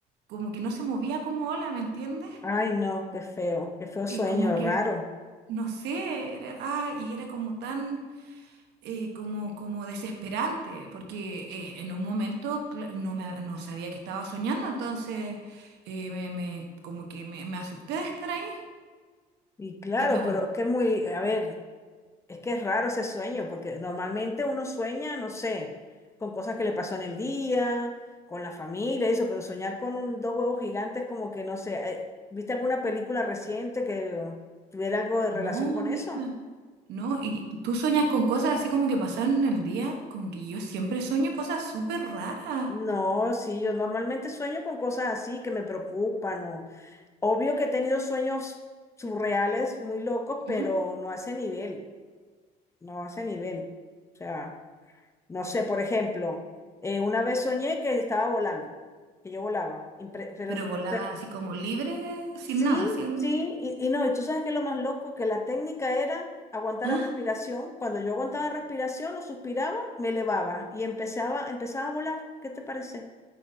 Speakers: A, on the right; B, on the left.
A: como que no se movía como ola, ¿me entiendes?
B: Ay, no, qué feo, qué feo sueño,
A: Y como que,
B: raro.
A: no sé, era- ah, y era como tan, eh, como, como desesperante, porque eh, en un momento cla- no, me, no sabía que estaba soñando, entonces eh, me, me- como que me, me asusté de estar ahí.
B: Y claro,
A: Era
B: pero que muy, a ver. Es que es raro ese sueño, porque normalmente uno sueña, no sé, con cosas que le pasó en el día, con la familia, y eso, pero soñar con un- dos huevos gigantes como que, no sé, eh, ¿viste alguna película reciente que tuviera algo de
A: No,
B: relación con
A: amiga,
B: eso?
A: no. Y tú sueñas con cosas así como que pasaron en el día, como que yo siempre sueño cosas súper raras.
B: No, sí, yo normalmente sueño con cosas así que me preocupan o obvio que he tenido sueños surreales, muy locos, pero
A: Ujú.
B: no hace nivel, no hace nivel. O sea. No sé, por ejemplo, eh, una vez soñé que estaba volando, que yo volaba, impre- pero,
A: Pero volaba
B: pero
A: así como libre, sin
B: sí,
A: nada, sin...
B: sí, y, y no, y tú sabes que lo más loco, que la técnica era aguantar
A: Ah,
B: la respiración. Cuando yo aguantaba respiración o suspiraba, me elevaba y empezaba, empezaba a volar. ¿Qué te parece?